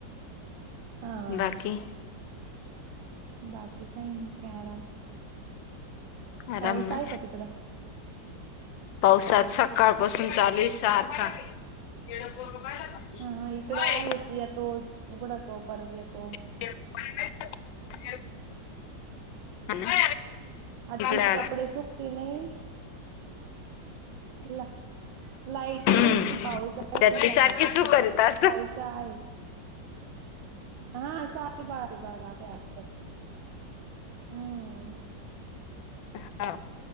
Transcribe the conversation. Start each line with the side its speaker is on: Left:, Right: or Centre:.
Right: हा, हा,
Left: बाकी
Right: हा. बाकी काही नाही, काय आराम.
Left: आराम
Right: पाऊस
Left: ना
Right: आहे का तिकडं?
Left: पावसात सकाळपासून चालूय सारखा. <unintelligible>
Right: हा इकडं <unintelligible> येतो उघडतो, परत येतो.
Left: <unintelligible> <unintelligible> आणि
Right: आधीच
Left: आज
Right: कपडे सुकती नाही ला लाईट
Left: हम्म
Right: आहे नाही पावसा नाही
Left: त्यात
Right: सकाळपासून
Left: ती सारखी सू करीत असं
Right: पावसा आहे हा साडे बारा बाराले असतात हू
Left: हा